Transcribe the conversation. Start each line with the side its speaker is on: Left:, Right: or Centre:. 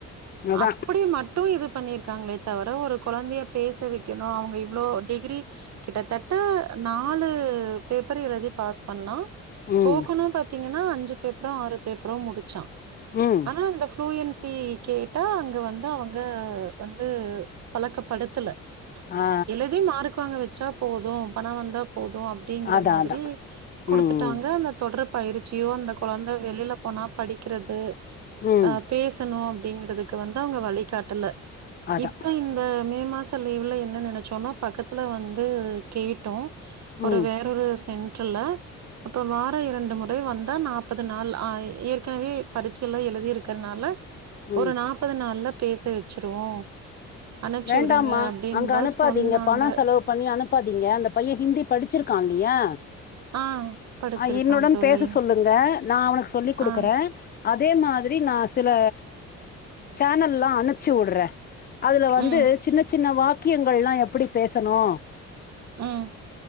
Left: அதான்
Right: அப்டி மட் டு இது பண்ணிருக்காங்ளே தவர ஒரு கொழந்தைய பேச வைக்கணு அவுங்க இவ்ளோ டிகிரி கிட்டத்தட்ட நாலு பேப்பர் எழுதி பாஸ் பண்ணா ஸ்போகனு
Left: ம்
Right: பாத்தீங்கன்னா அஞ்சு பேப்பரோ ஆறு பேப்பரோ முடிச்சா
Left: ம்
Right: ஆனா இந்த டுயென்சி கேட்டா அங்க வந்து அவுங்க வந்து பழக்கப்படுத்தல
Left: ஆ
Right: எழுதி மார்க்கு வாங்க வச்சா போது பண வந்தா போது அப் அப்டிங்கற
Left: அதான்
Right: மாதிரி
Left: அதான்
Right: குடுத்துட்டாங்க
Left: ம்
Right: அந்த தொடர் பயிற்சியோ அந்த கொழந்த வெளியில போனா க்கிறது
Left: ம்
Right: அ பேசணு அப்டிங்கறதுக்கு வந்து அவுங்க வழிகாட்டல
Left: அதான்
Right: இப்ப இந்த மே மாச லீவ்ல என்ன நேனச்சோன்னா பக்கத்துல வந்து கேட்டோ ஒரு
Left: ம்
Right: வேறொரு சென்டர்ல அப்ப வார இரண்டு முறை வந்தா நாற்பது நாள் ஆ எ ஏற்கனவே படிச்சு எல்லா எழுதி இருக்கிறதுனால
Left: ம்
Right: ஒரு நாற்பது நாள்ல பேச வச்சிருவோ அனுப்ச்சு
Left: வேண்டாம்மா
Right: விடுங்க அப்டின்னு
Left: அங்க
Right: தா
Left: அனுப்பாதீங்க
Right: சொன்னாங்க
Left: பண செலவு பண்ணி அனுப் பாத்தீங்க அந்த பைய ஹிந்தி படிச்சிருக்கா இல்லையா
Right: ஆ படிச்சிருக்கான்
Left: அ என்னுடன்
Right: தோழி
Left: பேச சொல்லுங்க நா அவனுக்கு சொல்லி் குடுக்குறே
Right: ஆ
Left: அதே மாதிரி நா சில சேனல்லா அனுப்ச்சு வுடுறே அதுல வந்
Right: ம்
Left: து சின்ன சின் சின்ன வாக்கியங்கள்லா எப்டி பேசணு
Right: ம்